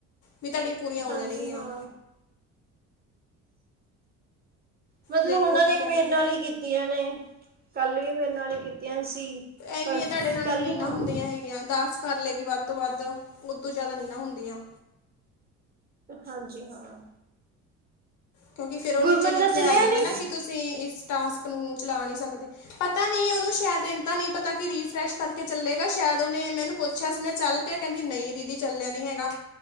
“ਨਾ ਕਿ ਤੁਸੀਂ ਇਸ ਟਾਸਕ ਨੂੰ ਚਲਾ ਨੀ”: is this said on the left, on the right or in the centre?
Left